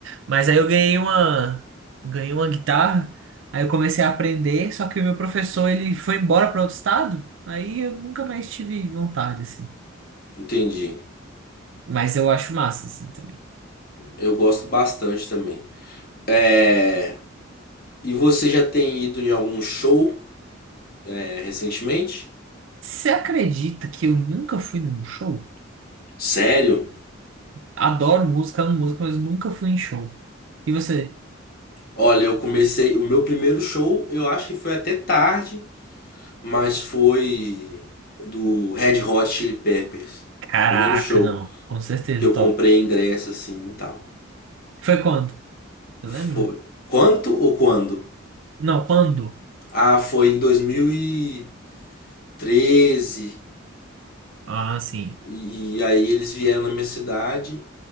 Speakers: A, on the right (about 65°); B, on the left (about 50°).
A: Mas aí eu ganhei uma ganhei uma guitarra, aí eu comecei a aprender, só que o meu professor ele foi embora para outro estado, aí eu nunca mais tive vontade assim.
B: entendi.
A: Mas eu acho massa assim também.
B: Eu gosto bastante também. É... E você já tem ido em algum show é, recentemente.
A: Você acredita que eu nunca fui num show?
B: Sério?
A: Adoro música, amo música, mas nunca fui em show. E você?
B: Olha, eu comecei. O meu primeiro show, eu acho que foi até tarde, mas foi do Red Hot Chili Peppers.
A: Caraca,
B: Primeiro show
A: não. Com certeza,
B: que eu
A: top.
B: comprei ingresso assim e tal.
A: Foi quando? Você
B: Foi.
A: lembra?
B: Quanto ou quando?
A: Não, quando?
B: Ah, foi em 2013. E treze.
A: Ah, sim.
B: E aí eles vieram na minha cidade,